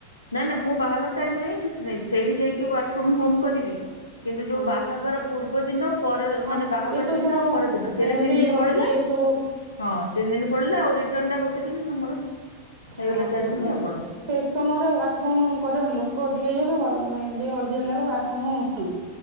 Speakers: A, on the left; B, on the right.
A: ନାଁ ନାଁ ମୁଁ ବାହାଘର ଟାଇମ୍ ରେ ହିଁ ଛୁଟି ନେଇଛି ସେଇଠି ଯାଇକି ୱାର୍କ ଫ୍ରମ ହୋମ କରିବି। କିନ୍ତୁ ଯୋଉ
B: ହଁ
A: ବାହାଘର ପୂର୍ବଦିନ ପର
B: ହଁ
A: ମାନେ ବାହାଘର
B: ସେ ତ
A: ଦିନ
B: ସବୁ
A: ଆଉ ପରଦିନ
B: ମେହେନ୍ଦୀ
A: ତେଣେ ତିନି ଦିନ
B: ହଳଦୀ
A: ପଳେଇଲା
B: ଏ ସବୁ
A: ହଁ। ତିନି ଦିନ ପଳେଇଲା ଆଉ ରିଟନଟା ଗୋଟେ ଦିନ ଆମର ହେଇଗଲା
B: ହଁ
A: ଚାରି
B: ସେ
A: ଦିନ ଆଉ କଣ।
B: ସେ ସମୟରେ ୱାର୍କ ଫ୍ରମ ହୋମ କରିହବନି ଲୋକ ଅଧିକ ହେଇଯାଇଥିବ ମେହେନ୍ଦି ହଳଦୀ ହେଲା ଅଳୁକୁ ୱାର୍କ ଫ୍ରମ୍ ହୋମ୍ ହୁଁ